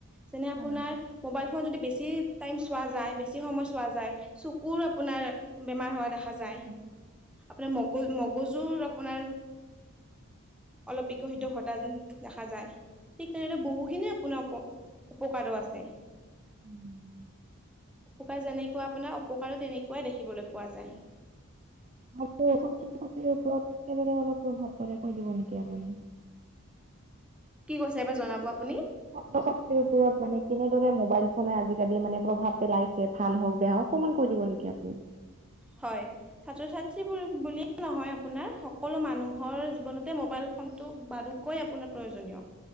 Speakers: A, in the centre; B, on the right.
A: যেনে আপোনাৰ
B: হয়
A: মোবাইল ফোন যদি বেছ ছি টাইম চোৱা যায়, বেছি সময় চোৱা যায়, চকুৰ আপোনাৰ বেমাৰ হোৱা দেখা
B: হয়
A: যায়।
B: হয়
A: আপোনাৰ মগজ মগজুৰ আপোনাৰ অলপ বিকশিত
B: হয়।
A: ঘটা যে <unintelligible> খা যায়, ঠিক তেনেদৰে বহুখিনি আপোনাৰ উপ উপকাৰো আছে।
B: <inaudible>
A: উপকাৰ যেনেকুৱা আপোনাৰ অপকাৰো তেনেকুৱাই দেখিবলৈ পোৱা যায়।
B: <unintelligible> ছাত্ৰ ছাত্ৰীৰ ওপৰত কেনেদৰে অলপ প্ৰভাৱ পৰে কৈ দিব নেকি আপুনি?
A: কি কৈছে এবাৰ জনাব আপুনি।
B: ছাত্ৰ ছাত্ৰীৰ ওপৰত মানে কেনেদৰে মোবাইল ফোনে আজিকালি মানে প্ৰভাৱ পেলাইছে। ভাল হওঁক বেয়া হওঁক অকণমান কৈ দিব নেকি আপুনি?
A: হয়। ছাত্ৰ ছাত্ৰীবোৰ বুলিয়েই নহয় আপোনাৰ, সকলো মানুহৰ জীৱনতে মোবাইল ফোনটো বাৰু কৈ আপোনাৰ প্ৰয়োজনীয়।